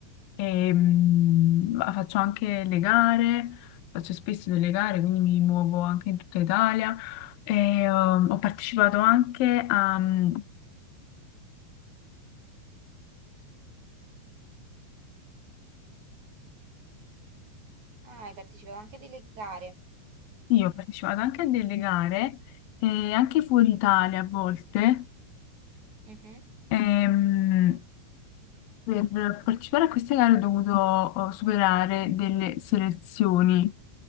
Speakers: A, on the left; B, on the right.
A: E, mm, va- faccio anche le gare, faccio spesso delle gare, quindi mi muovo anche in tutta Italia. E, um, ho partecipato anche a, mm,
B: Ah, hai partecipato anche a delle gare.
A: sì, ho partecipato anche a delle gare, eh, anche fuori Italia a volte.
B: Mhm.
A: Ehm, per partecipare a queste gare ho dovuto eh, superare delle selezioni,